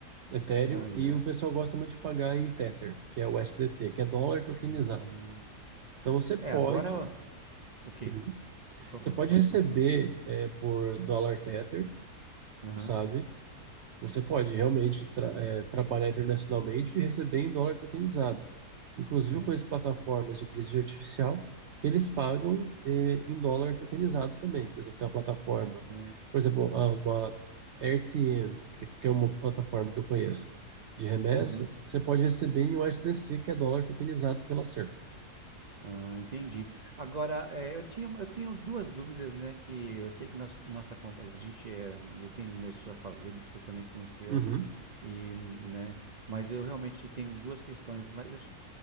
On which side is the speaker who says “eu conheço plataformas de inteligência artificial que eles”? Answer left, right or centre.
Right